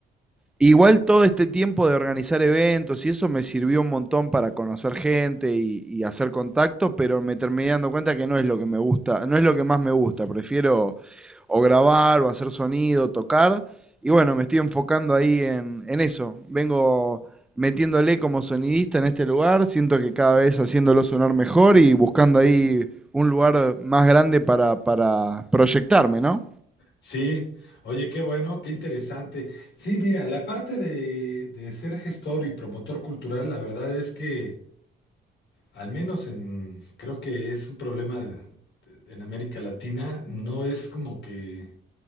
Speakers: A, in the centre; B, on the left.
A: Igual todo este tiempo de organizar eventos y eso me sirvió un montón para conocer gente y, y hacer contacto, pero me terminé dando cuenta que no es lo que me gusta, no es lo que más me gusta. Prefiero o grabar o hacer sonido, tocar. Y bueno, me estoy enfocando ahí en, en eso. Vengo metiéndole como sonidista en este lugar. Siento que cada vez haciéndolo sonar mejor y buscando ahí un lugar más grande para, para proyectarme, ¿no?
B: Sí, oye, qué bueno, qué interesante. Sí, mira, la parte de, de ser gestor y promotor cultural, la verdad es que, al menos en, creo que es un problema de- de- en América Latina, no es como que,